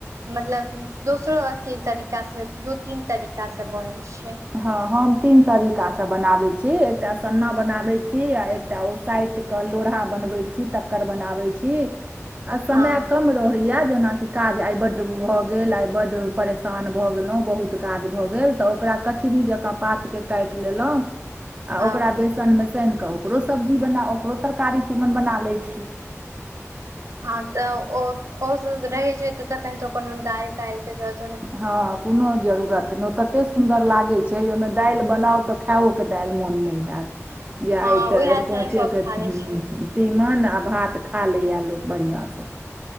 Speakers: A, on the right (about 70°); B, on the right (about 25°).
A: मतलब दोसरो अथी तरीका सँ दू तीन तरीका सँ बनै छै।
B: हँ हम तीन तरीका सँ बनाबै छी एकटा सन्ना बनाबै छी आ एक एकटा ओ सैट कऽ लोरहा बनबेै छी तक्कर बनाबेै छी आ समेय
A: हँ
B: कम रहैया जेनाकि काज आय बड भऽ गेल आय बड परेशान भए गेलों बहुत काज भऽ गेल तऽ ओकरा कचरी जेंका पात के काइट लेलौ आ
A: हँ
B: ओकरा बेसन बेसन मे सैन कऽ ओकरो सब्जी बना ओकरो तरकारी तीमन बना लेै छी।
A: हँ तऽ ओ -ओ सब रहेै छै तऽ तखन तो कोनो दाईल- ताईल के जरूरत
B: हँ कूनो जरूरत। <unintelligible> तते सुन्दर लागै छै जे ओय मे दैल बनाउ तऽ खेएओ के दाइल मोन नै हेऽत। जा
A: हँ
B: आय तऽ
A: उएह
B: एरिकोचे
A: सने सभ
B: के
A: खा लै
B: हूँ।
A: छै
B: तीमन आ भात खा लैए लोक बढ़िआंसँ।